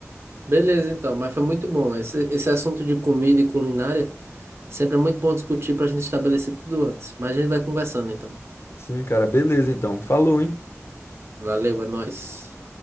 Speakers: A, on the right; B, on the left.
A: Beleza, então, mas foi muito bom. Esse, esse assunto de comida e culinária sempre é muito bom discutir para a gente estabelecer tudo antes. Mas a gente vai conversando, então.
B: Sim, cara, beleza, então. Falou, hein?
A: Valeu, é nóis.